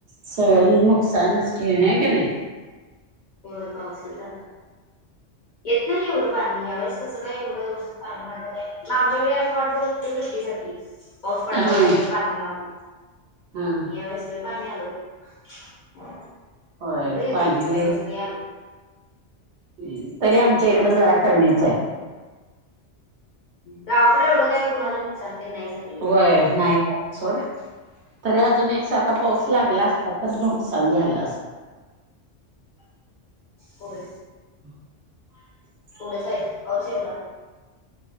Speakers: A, on the right; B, on the left.
A: <unintelligible> नुकसानच कि आहे की नाही.
B: हो पावसचा आता येत नाही एवढं पाणी यावेेळेस कसं काय एवढं मागच्या वेळेस आम्ही वाट बघत होतो सुट्टीसाठी. पाऊस पडावा
A: हा
B: जास्त पाणी यावं आणि
A: हा
B: यावेळेस लय पाणी आलं गं. हो
A: होय
B: लय येतंय,
A: पाणी
B: या वेळेस नाहीं आलं.
A: हम्म तरी आमच्या इकडं जरा कमीच आहे.
B: गावाकडे एवढं काही कुणाला नुकसान तेन नाही झालं.
A: होय. नाही करत सोड, तरी अजून एकसारखा पाऊस लागला असता, तर नुकसान झालं असतं.
B: होय.
A: <inaudible>
B: थोडंस आहे पाऊस यावरा